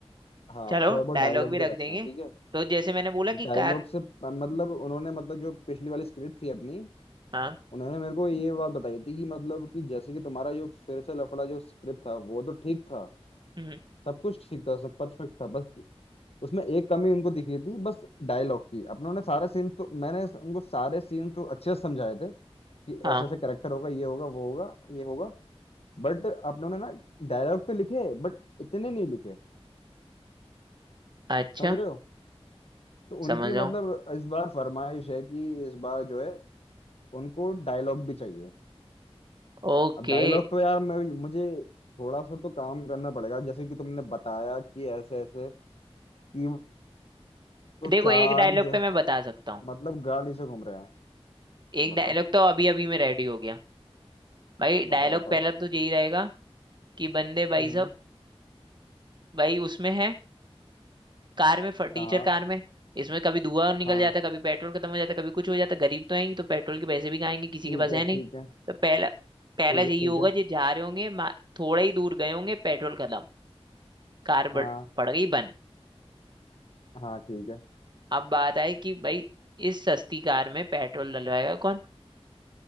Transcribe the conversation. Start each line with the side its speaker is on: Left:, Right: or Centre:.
Left: हाँ
Right: चलो
Left: थोड़ा बहुत
Right: डायलॉग
Left: डायलॉग
Right: भी
Left: भी
Right: रख
Left: रखना
Right: देंगे
Left: है ठीक है
Right: तो जैसे मैंने बोला कि
Left: डायलॉग
Right: कार
Left: से प- मतलब उन्होंने मतलब जो पिछली वाली स्क्रिप्ट थी अपनी
Right: हाँ
Left: उन्होंने मेरे को ये बात बताई थी कि मतलब कि जैसे कि तुम्हारा जो फिर से लफड़ा जो स्क्रिप्ट था वो तो ठीक था
Right: हम्म,
Left: सब कुछ ठीक था सब परफेक्ट था बस उसमें एक कमी उनको दिखी थी बस डायलॉग की अपने उन्होंने सारे सीन तो मैंने उनको सारे सीन तो अच्छे से समझाए थे कि
Right: हाँ
Left: ऐसे ऐसे करेक्टर होगा ये होगा वो होगा ये होगा बट अपनों ने ना डायलॉग तो लिखे बट इतने नहीं लिखे
Right: अच्छा
Left: समझ रहे हो तो उनकी
Right: समझ
Left: मतलब
Right: रहा हूँ
Left: इस बार फरमाइश है कि इस बार जो है उनको डायलॉग भी चाहिए
Right: ओके
Left: अब डायलॉग पे यार मैं मुझे थोड़ा सा तो काम करना पड़ेगा जैसे कि तुमने बताया कि ऐसे ऐसे कि वो
Right: देखो
Left: चार
Right: एक डायलॉग
Left: जो
Right: तो
Left: है
Right: मैं बता सकता हूँ
Left: मतलब गाड़ी से घूम रहे हैं
Right: एक
Left: बता
Right: डायलॉग
Left: दो
Right: तो अभी अभी में रेडी हो गया भाई
Left: बताओ
Right: डायलॉग
Left: बताओ
Right: पहला तो यही रहेगा कि बंदे भाई
Left: हम्म
Right: सब भाई उसमें है कार में फटीचर
Left: हाँ
Right: कार में इसमें कभी धुआं निकल
Left: हाँ
Right: जाता है, कभी पेट्रोल खत्म हो जाता है, कभी कुछ हो जाता है, गरीब तो हैं ही तो पेट्रोल के पैसे भी खाएंगे किसी
Left: ठीक
Right: के पास
Left: है
Right: है नहीं
Left: ठीक है
Right: तो पहला पहला
Left: ठीक
Right: यही
Left: है ठीक
Right: होगा
Left: है
Right: जो जा रहे होंगे मा- थोड़ा ही दूर गए होंगे पेट्रोल खत्म कार बढ़-
Left: हाँ
Right: पड़ गई बंद
Left: हाँ ठीक है
Right: अब बात आई कि भाई इस सस्ती कार में पेट्रोल डलवाएगा कौन